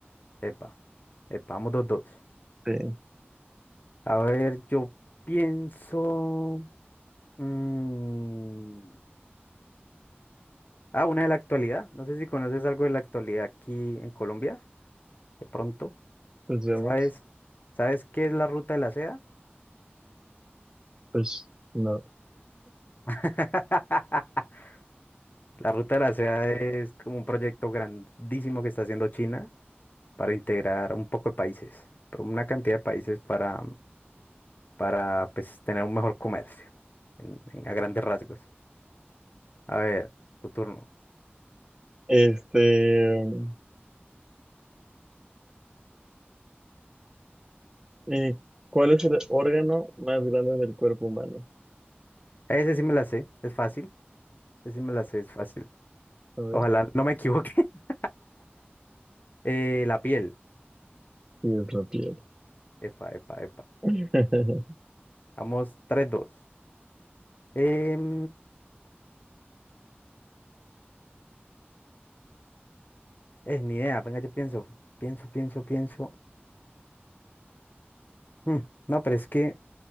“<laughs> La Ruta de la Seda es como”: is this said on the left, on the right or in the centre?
Left